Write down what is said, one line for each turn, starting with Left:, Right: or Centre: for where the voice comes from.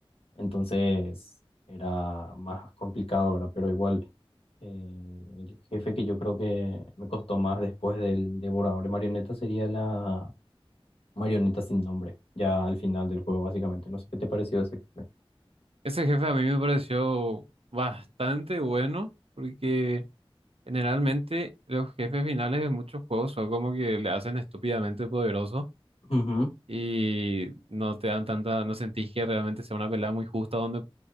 Left: Entonces era más complicado, ¿verdad? Pero igual, eh, el jefe que yo creo que me costó más después del devorador de marionetas sería la marioneta sin nombre, ya al final del juego, básicamente. No sé qué te pareció ese jefe.
Right: Ese jefe a mí me pareció bastante bueno porque... Generalmente los jefes finales de muchos juegos son como que le hacen estúpidamente poderoso
Left: Ujú.
Right: y no te dan tanta, no sentís que realmente sea una pelea muy justa donde